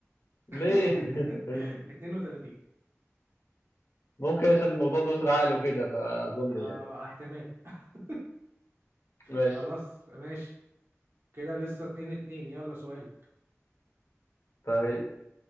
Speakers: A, on the left; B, on the right.
A: ليه؟
B: <laughs>
A: <laughs>
B: 32
A: ممكن عشان الموضوع ده أسرع عقل وكده فأظن
B: آه
A: يعني
B: احتمال <laughs>
A: ماشي
B: خلاص ماشي كده لسه اتنين اتنين يلا سؤالك
A: طيب